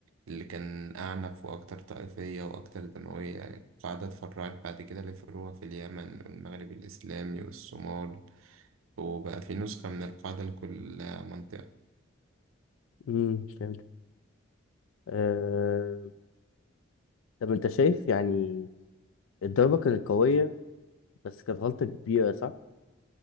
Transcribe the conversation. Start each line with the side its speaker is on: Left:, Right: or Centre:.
Right: اللي كان أعنف وأكتر طائفية وأكتر دموية القاعدة اتفرعت بعد كده لفروع في اليمن والمغرب الإسلامي والصومال وبقى في نسخة من القاعدة لكل منطقة
Left: امم فهمت أه... طب انت شايف يعني الضربه كانت قويه بس كانت غلطه كبيره صح